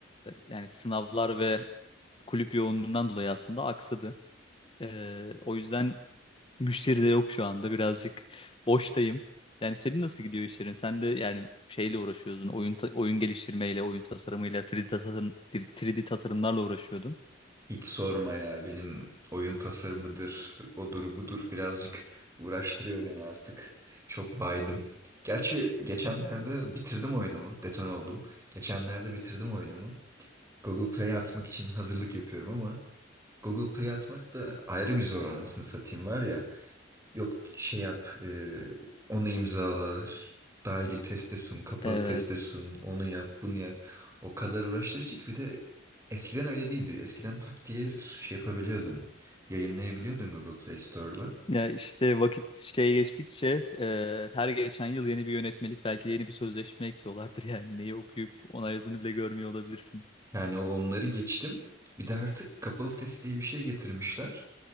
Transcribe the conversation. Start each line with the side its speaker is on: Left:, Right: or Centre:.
Left: yani sınavlar ve kulüp yoğunluğundan dolayı aslında aksadı. E, o yüzden müşteri de yok şu anda. Birazcık boştayım. Yani senin nasıl gidiyor işlerin? Sen de yani şeyle uğraşıyordun. Oyun ta- oyun geliştirmeyle, oyun tasarımıyla, 3D tasarım 3D tasarımlarla uğraşıyordun.
Right: Hiç sorma ya benim oyun tasarımıdır, odur budur birazcık uğraştırıyor beni artık. Çok baydım. Gerçi geçenlerde bitirdim oyunumu, deton oldum. Geçenlerde bitirdim oyunumu. Google Play'e atmak için hazırlık yapıyorum ama Google Play'e atmak da ayrı bir zor anasını satayım var ya. Yok şey yap, e, onu imzala, dahili teste sun, kapalı
Left: Evet.
Right: teste sun, onu yap, bunu yap. O kadar uğraştırıcı ki bir de eskiden öyle değildi. Eskiden tak diye şey yapabiliyordun, yayınlayabiliyordun Google Play Store'da.
Left: Ya işte vakit şey geçtikçe e, her geçen yıl yeni bir yönetmelik belki de yeni bir sözleşme ekliyorlardır <laughs> yani neyi okuyup onayladığını bile görmüyor olabilirsin.
Right: Yani o onları geçtim. Bir de artık kapalı test diye bir şey getirmişler.